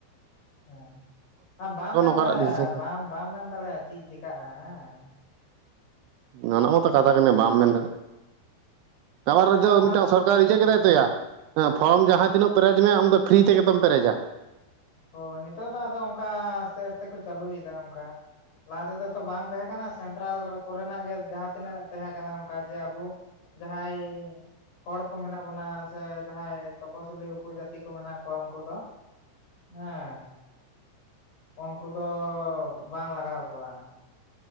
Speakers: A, on the left; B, on the right.
A: ᱦᱮᱸ ᱟᱢ ᱵᱟᱢ ᱢᱮᱱ
B: ᱚᱠᱟᱴᱟᱜ
A: ᱫᱟᱲᱮᱭᱟᱜᱼᱟ!
B: ᱰᱤᱥᱤᱥᱮᱱ
A: ᱵᱟᱢᱼᱵᱟᱢ ᱢᱮᱱ ᱫᱟᱲᱮᱭᱟᱜᱼᱟ! ᱪᱤᱫ ᱪᱮᱠᱟᱜᱼᱟ ᱦᱮᱸᱻ
B: ᱩᱸᱻ ᱚᱱᱟ ᱢᱟᱛᱚ ᱠᱟᱛᱷᱟ ᱠᱟᱱᱟ ᱵᱟᱢ ᱢᱮᱱ ᱫᱟᱲᱮᱜ ᱟᱵᱟᱨ ᱨᱮ
A: ᱡᱟᱦᱟᱸ
B: ᱡᱚ
A: ᱞᱟᱦᱟᱛᱮ
B: ᱢᱤᱫᱴᱟᱝ ᱥᱚᱨᱠᱟᱨ ᱨᱤᱡᱮ ᱠᱮᱫᱟᱭ ᱛᱚᱭᱟ ᱦᱮᱸ ᱯᱷᱚᱨᱚᱢ ᱡᱟᱦᱟᱸ ᱛᱤᱱᱟᱹᱜ ᱯᱮᱨᱮᱡᱽ ᱢᱮ ᱟᱢ ᱫᱚ ᱯᱷᱨᱤ ᱛᱮᱜᱮ‌ ᱛᱚᱢ ᱯᱮᱨᱮᱡᱟ᱾
A: ᱦᱚᱭ ᱱᱤᱛᱚᱜ ᱫᱚ ᱟᱫᱚ ᱚᱱᱠᱟ ᱟᱥᱛᱮ ᱟᱥᱛᱮ ᱠᱚ ᱪᱟᱞᱩ ᱭᱮᱫᱟ ᱚᱱᱠᱟ᱾ ᱞᱟᱦᱟ ᱛᱮᱫᱚ ᱛᱚ ᱵᱟᱝ ᱛᱮᱦᱮᱸ ᱠᱟᱱᱟ ᱥᱮᱱᱴᱨᱟᱞ ᱨᱮ ᱠᱚᱨᱮᱱᱟᱜ ᱜᱮ ᱡᱟᱦᱟᱸᱛᱤᱱᱟᱹᱜ ᱛᱮᱦᱮᱸ ᱠᱟᱱᱟ ᱚᱱᱠᱟ ᱡᱮ ᱟᱵᱩ ᱡᱟᱦᱟᱸᱭ ᱦᱚᱲ ᱠᱚ ᱢᱮᱱᱟᱜ ᱵᱚᱱᱟ ᱥᱮ ᱡᱟᱦᱟᱸᱭ ᱛᱚᱯᱚᱥᱤᱞᱤ ᱩᱯᱩᱡᱟᱛᱤ ᱠᱚ ᱢᱮᱱᱟᱜ ᱠᱚᱣᱟ ᱩᱱᱠᱩ ᱫᱚ ᱦᱮᱸᱻ ᱚᱱᱠᱩ ᱫᱚ ᱵᱟᱝ ᱞᱟᱜᱟᱣ ᱠᱚᱣᱟ᱾